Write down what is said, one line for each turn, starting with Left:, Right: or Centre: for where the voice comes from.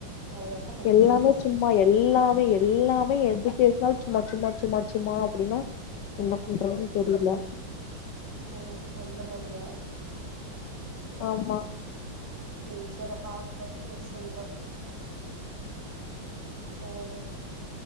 Right: வெளையாட்டா பண்ணிருப்பாங்க
Left: எல்லாமே சும்மா எல்லாமே எல்லாமே எதுக்க சும்மா சும்மா சும்மாச்சும்மா அப்டினா என்ன பண்றதுன்னு தெரில
Right: ஓ அந்த மாரியா
Left: ஆமா
Right: சேரி சேரி அப்ப பாத்து பாத்து பேசு சொல்ற ஒவ்வொன்னும்